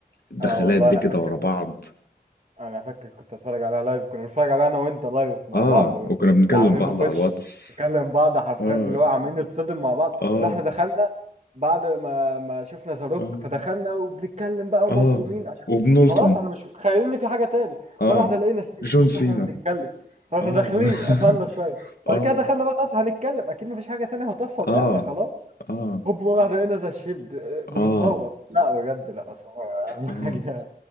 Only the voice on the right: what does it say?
اه والله
انا
فاكر
انا فاكر كنت اتفرج عليها لايف كنا بنتفرج عليها انا وانت لايف مع
بعض وكنا
عاملين
نخش
نكلم بعض حرفيا
اللي هو عاملين نتصدم مع بعض
لو احنا دخلنا بعد ما ما شفنا زاروك
فدخلنا وبنتكلم بقى ومصدومين
عشان
خلاص انا مش متخيل ان في حاجه تاني
مره واحده لقينا سينا
بص
احنا بنتكلم فاحنا
داخلين قفلنا شويه
بعد
كده دخلنا بقى خلاص هنتكلم اكيد مفيش حاجه تانية هتحصل يعني
خلاص
هوب مره واحده لقينا زي الشيلد اه، بنصوت
لا بجد لا الصراحة <laughs>
حاجه